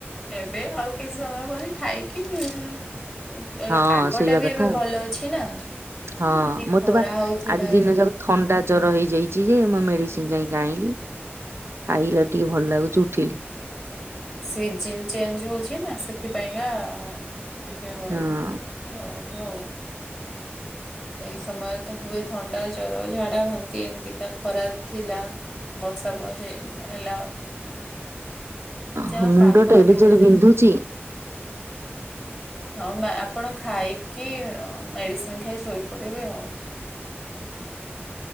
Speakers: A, in the centre; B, on the right.
A: ଏବେ ଆଉ କିଛି ସମୟ ପରେ ଖାଇକି ଉଁ ଏ ଏପାଗ
B: ହଁ ଶୋଇବା
A: ଟା ବି
B: କଥା
A: ଏବେ
B: ଆଉ।
A: ଭଲ ଅଛି ନା?
B: ହଁ
A: କି ଖରା
B: ମୋତେ ବା
A: ହଉଥିଲା
B: ଆଜି ଦିନ
A: ଏବେ
B: ଯାକ ଥଣ୍ଡା ଜର ହେଇଯାଇଛି ଯେ ମୁଁ ମେଡିସିନ ଯାଇକି ଆଇଲି। ଖାଇଲା ଠୁ ଟିକେ ଭଲ ଲାଗୁଛି ଉଠିଲି।
A: ସିଜିନ ଚେଞ୍ଜ ହଉଛି ନା ସେଥିପାଇଁକା ଟିକେଉ
B: ହଁ।
A: ହଉ ଥୁ ହଉ। ଏଇ ସମୟରେ ତ ହୁଏ ଥଣ୍ଡା ଜର ଝାଡା ବାନ୍ତି ଏମିତିକା ଖରା ଥିଲା ବର୍ଷା ବ ହେ ହେଲା ଯାହା
B: ହଁ ମୁଣ୍ଡ
A: ପାଗ
B: ଟା ଏଡେ
A: ଦି
B: ଜୋରେ
A: ଦିନ
B: ବିନ୍ଧୁଛି
A: ହେଲା ହଁ ଆପଣ ଖାଇକି ମେଡିସି ନ ଖାଇ ଶୋଇପଡିବେ ଆଉ